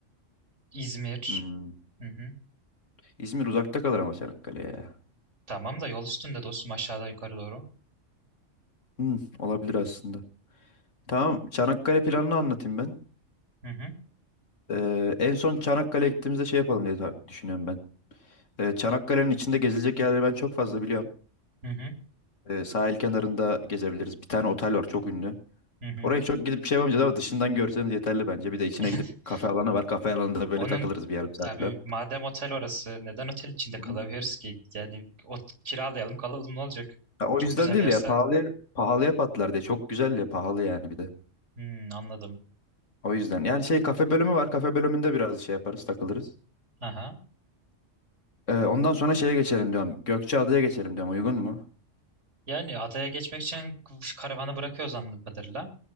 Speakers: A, on the right; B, on the left.
A: İzmir.
B: Hmm.
A: Hı hı.
B: İzmir uzakta kalır ama Çanakkale'ye ya.
A: Tamam da yol üstünde dostum aşağıdan yukarı doğru.
B: Hmm, olabilir aslında. Tamam. Çanakkale planını anlatayım ben.
A: Hı hı.
B: Ee, en son Çanakkale'ye gittiğimizde şey yapalım diye ta- düşünüyorum ben. Ee, Çanakkale'nin içinde gezilecek yerleri ben çok fazla biliyorum.
A: Hı hı.
B: Ee, sahil kenarında gezebiliriz. Bir tane otel var çok ünlü.
A: Hı hı.
B: Oraya çok gidip bir şey yapamayacağız ama dışından görseniz yeterli bence. Bir de içine
A: <laughs>
B: gidip kafe alanı var. Kafe alanında böyle
A: Onun
B: takılırız bir yarım saat
A: abi
B: falan.
A: madem otel orası neden otel içinde kalabiliriz
B: Hı hı.
A: ki? Yani o kiralayalım kalalım ne olacak?
B: Ya o
A: Çok
B: yüzden
A: güzel
B: değil
A: bir yerse.
B: ya pahalıya, pahalıya patlar diye. Çok güzel ya pahalı yani bir de.
A: Hmm, anladım.
B: O yüzden. Yani şey kafe bölümü var. Kafe bölümünde biraz şey yaparız takılırız.
A: Aha.
B: Ee, ondan sonra şeye geçelim diyorum. Gökçeada'ya geçelim diyorum. Uygun mu?
A: Yani adaya geçmek için şu karavanı bırakıyor anladığım kadarıyla.